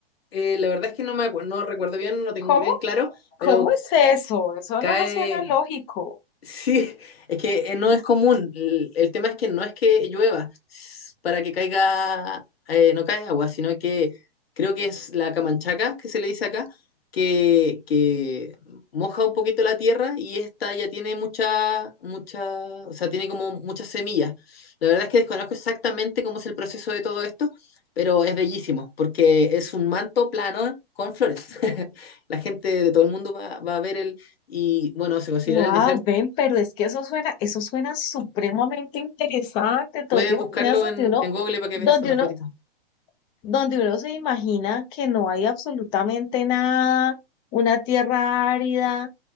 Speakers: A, on the left (about 80°); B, on the left (about 15°).
A: Eh, la verdad es que no me acu- no recuerdo bien, no lo tengo
B: ¿Cómo?
A: bien claro,
B: ¿Cómo
A: pero
B: es eso? Eso
A: cae,
B: no me suena lógico.
A: Sí, es que eh, no es común. El, el tema es que no es que llueva s- para que caiga, eh, no cae agua, sino que creo que es la camanchaca que se le dice acá, que, que moja un poquito la tierra y esta ya tiene mucha, mucha, o sea, tiene como muchas semillas. La verdad es que desconozco exactamente cómo es el proceso de todo esto, pero es bellísimo porque es un manto plano con flores. <laughs> La gente de todo el mundo va, va a ver el, y bueno, se considera
B: Wow,
A: el desierto
B: ven, pero es que eso suena, eso suena supremamente interesante. ¿Tú
A: Puedes
B: te imaginas
A: buscarlo
B: donde
A: en,
B: uno,
A: en Google para que
B: donde
A: veas una
B: uno,
A: fotito.
B: donde uno se imagina que no hay absolutamente nada, una tierra árida